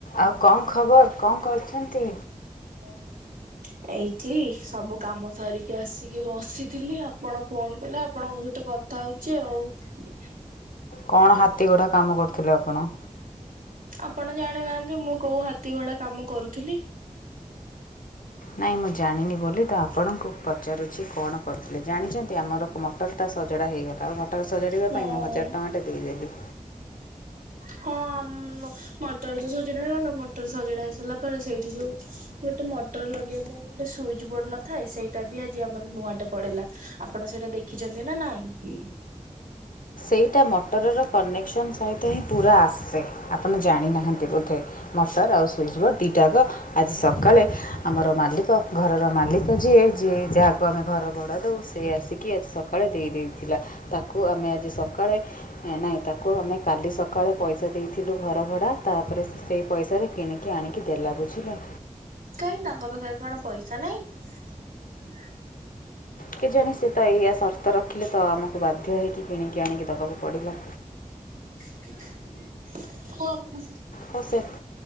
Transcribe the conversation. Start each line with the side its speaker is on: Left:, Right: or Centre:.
Left: ଆଉ କଣ ଖବର କଣ କରଛନ୍ତି?
Right: <unintelligible> ଏଇଠି ସବୁ କାମ ସରିକି ଆସିକି ବସିଥିଲି ଆପଣ ଫୋନ କଲେ ଆପଣଙ୍କ <unintelligible> କଥା ହଉଛି ଆଉ
Left: କଣ ହାତୀଘୋଡ଼ା କାମ କରୁଥିଲେ ଆପଣ?
Right: ଆପଣ ଜାଣିନାହାନ୍ତି ମୁଁ କୋଉ ହାତୀ ଘୋଡା କାମ କରୁଥିଲି
Left: ନାଇଁ ମୁଁ ଜାଣିନି ବୋଲି ତ ଆପଣଙ୍କୁ ପଚାରୁଛି କଣ କରୁଥିଲେ ଜାଣିଛନ୍ତି ଆମର ମଟରଟା ସଜଡ଼ା ହେଇଗଲା ଆଉ ମଟର ସଜାଡ଼ିବା
Right: ହଁ
Left: ପାଇଁ ମୁଁ ହଜାର ଟଙ୍କାଟେ ଦେଇଦେଲି
Right: ହଁ ମଟର ତ ସଜଡା ହେଇଗଲା ମଟର ସଜଡା ହେଇ ସାରିଲା ପରେ ସେଇଠି ଯୋଉ ଗୋଟେ ମଟର ଲଗେଇବା ପାଇଁ ଗୋଟେ ସୁଇଚ ବୋର୍ଡ ନଥାଏ ସେଇଟା ବି ଆଜି ଆମର ନୂଆଟେ ପଡିଲା ଆପଣ ସେଇଟା ଦେଖିଛନ୍ତି ନା ନାଇଁ?
Left: ଏଇଟା ମୋଟରର କନେକ୍ସନ୍ ସହିତ ହିଁ ପୁରା ଆସେ ଆପଣ ଜାଣିନାହାନ୍ତି ବୋଧେ ମଟର ଆଉ ସୁଇଜ୍ ବୋର୍ଡ଼ ଦୁଇଟାକ ଆଜି ସକାଳେ ଆମର ମାଲିକ ଘରର ମାଲିକ ଯିଏ ଯିଏ ଯାହାକୁ ଆମେ ଘର ଭଡ଼ା ଦେଉ ସେ ଆସିକି ଆଜି ସକାଳେ ଦେଇ ଦେଇଥିଲା ତାକୁ ଆମେ ଆ ସକାଳେ ନାହିଁ ତାକୁ ଆମେ କାଲି ସକା ସକାଳେ ପଇସା ଦେଇଥିଲୁ ଘର ଭଡ଼ା ତାପରେ ସେ ସେଇ ପଇସାରେ କିଣିକି ଆଣିକି ଦେଲା ବୁଝିଲ
Right: କାଇଁ ତାଙ୍କ ପାଖରେ କଣ ପଇସା ନାଇଁ
Left: କେଜାଣି ସେ ତ ଏଇଆ ସର୍ତ୍ତ ରଖିଲେ ତ ଆମକୁ ବାଧ୍ୟ ହୋଇଇକି କିଣିକି ଆଣିକି ଦେବାକୁ ପଡ଼ିଲା
Right: <unintelligible> ଆପଣ
Left: ହଉ ସେ